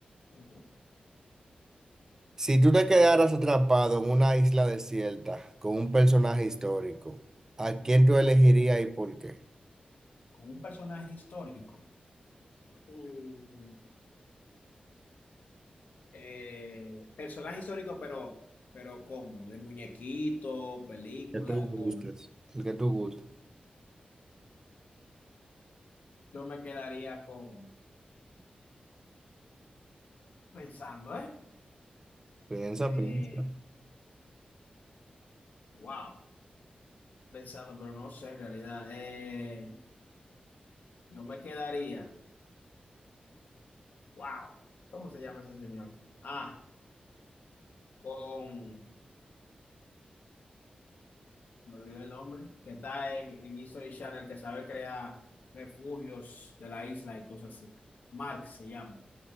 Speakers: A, on the left; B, on the right.
A: Ujú.
B: Si tú te quedaras atrapado en una isla desierta con un personaje histórico, ¿a quién tú elegirías y por qué?
A: Con un personaje histórico. Mm, eh, personaje histórico, pero, pero ¿cómo? ¿De muñequito, película,
B: Que tú
A: cómo?
B: gustes. El que tú gustes.
A: Yo me quedaría con pensando, ¿eh?
B: Piensa,
A: Eh,
B: piensa.
A: wow, pensando, pero no sé en realidad. Eh, yo me quedaría. Wow, ¿cómo se llama ese señor? Ah, con, me olvidó el nombre, que está en, en History Channel, que sabe crear refugios de la isla y cosas así. Mark se llama.